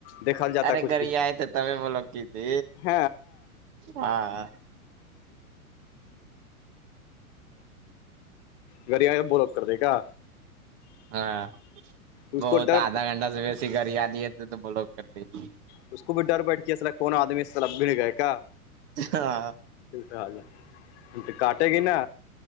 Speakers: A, on the left (about 45°); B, on the right (about 55°).
A: دیکھل جاتا
B: ارے
A: کچھ
B: گری
A: بھی
B: آئے تو تبھی وہ لوگ کی تھی
A: ہ
B: ہاں
A: گڑ آئے بلاوک کرتے کا
B: ہاں
A: اس
B: وہ
A: کو ڈر
B: تو آدھا گھنٹہ سے ویسے گڑ آ دیے تھے تو وہ لوگ کر دی
A: تو اس کو بھی ڈر بیٹھ کے اس کون آدمی سلب بھی نہیں گئے کا
B: ہاں
A: حال کاٹے گی نا